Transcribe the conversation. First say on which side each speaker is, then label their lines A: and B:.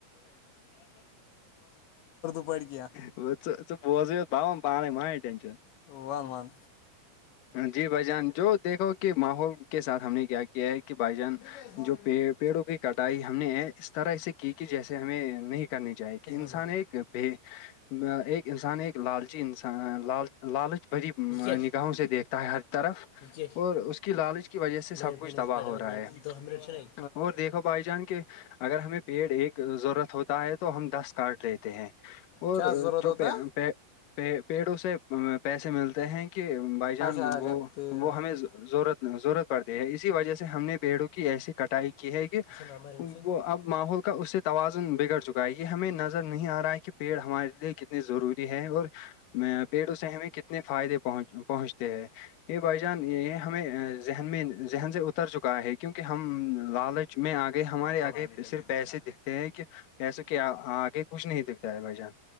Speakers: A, on the left (about 80°); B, on the left (about 60°).
A: بڑھ گیا
B: <unintelligible>
A: ون ون
B: جی بھائی جان جو دیکھو کہ ماحول کے ساتھ ہم نے کیا کیا ہے کہ بھائی جان
A: کیٛازِ ہوٚو
B: جو پیڑوں کی کٹائی ہم نے اس طرح سے کی کہ جیسے ہمیں نہیں کرنی چاہیے کہ انسان
A: نہٕ مےٚ
B: ایک بھی ایک انسان ایک لالچی انسان لالچی لالچ بری
A: یہِ کیٛاہ چھِ یہِ
B: نگاہوں سے دیکھتا ہے ہر طرف
A: کیٛاہ چھِ
B: اور اس کی لالچ کی وجہ سے
A: نٔنۍ
B: سب کچھ
A: فنِس
B: تباہ ہو رہا ہے
A: <unintelligible>
B: اور دیکھو بھائی جان کے اگر ہمیں پیڑ ایک ضرورت ہوتا ہے تو ہم دس کارڈ لیتے ہیں اور
A: کیٛاہ ضروٗرت
B: جو
A: ہوتا
B: پے پے پیر پیڑوں سے پیسے ملتے ہیں کہ بھائی جان
A: اچھا اچھا
B: وہ
A: پیڑ
B: وہ
A: یہِ
B: ہمیں ضرورت ضرورت پڑتی ہے اسی وجہ سے ہم نے پیڑوں کی ایسی کٹائی کی ہے کہ
A: چھا نمبر أمۍ سٕنٛدۍ
B: وہ اب ماحول کا اس سے توازن بگڑ چکا ہے یہ ہمیں نظر نہیں آ رہا ہے کہ پیڑ ہمارے لیے کتنی ضروری ہے اور پیڑوں سے ہمیں کتنے فائدے پہن پہنچتے ہیں یہ بھائی جان یہ ہمیں ذہن میں ذہن سے اتر چکا ہے کیونکہ ہم لالچ میں آ گئے ہمارے
A: پنٛداہ
B: آگئے
A: مِنٹَن
B: صرف
A: گٔژھِتھ
B: پیسے
A: کیٛاہ
B: دکھے کہ ایسے کہ آگے کچھ نہیں دکھتا ہے بھائی جان